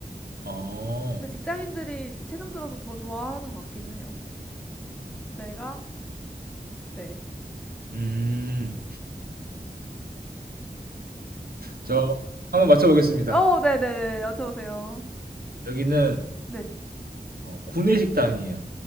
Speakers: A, on the right (about 70°); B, in the centre.
A: 어,
B: 근데 직장인들이 최근 들어서 더 좋아하는 것 같기는 해요. 가격대가, 네.
A: 음, 저 한번 맞춰보겠습니다.
B: 어, 네네네. 여쭤보세요.
A: 여기는
B: 네.
A: 어, 구내식당이에요.